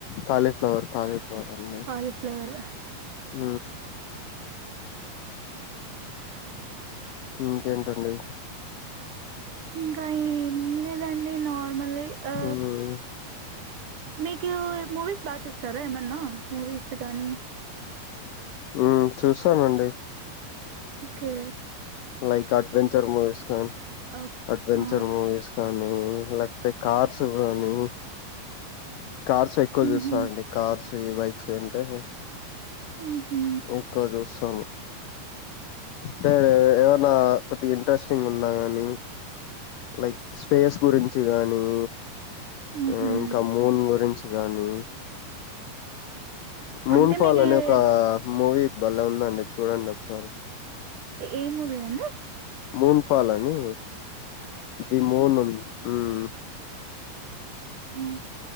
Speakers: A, on the left (about 80°); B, on the right (about 55°).
A: కాలీఫ్లవర్ కాలీఫ్లవర్ అండి
B: కాలీఫ్లవర్
A: ఊ
B: <inaudible>
A: ఇంకకేంటండి
B: ఇంకేంటండి దండి నార్మలే ఆ
A: ఉమ్
B: మీకు మూవీస్ బాచూ తారా ఏమన్నా మూవీస్ గానీ
A: ఊ చూసానండి
B: ఒక్కే
A: లైక్ అడ్వెంచర్ మూవీస్ కాన్
B: ఓక్-
A: అడ్వెంచర్
B: ఆ
A: మూవీస్ కానీ లేకపోతే కార్ సుబానీ కార్స్ ఎక్కువ
B: ఉహు
A: జూస్తానండి కార్స్ ఏ బైక్సంటే
B: ఉహు
A: ఎక్కువ చూస్తాము టాడే ఎమ్నా ఇంట్రెస్టింగ్ ఉన్నా గాని లైక్ స్పేస్ గురించి గానీ
B: ఉహు
A: ఆ ఇంకా మూన్ గురించి గానీ మూన్
B: అంటే
A: ఫాల్
B: మీకు
A: అనే
B: ఏ
A: ఒక మూవీ బలే ఉందండి చూడండి ఒక్సారి
B: ఏమూవీ అండి
A: మూన్ ఫాల్ అని ది మూన్ హ్మ్మ్
B: హ్మ్మ్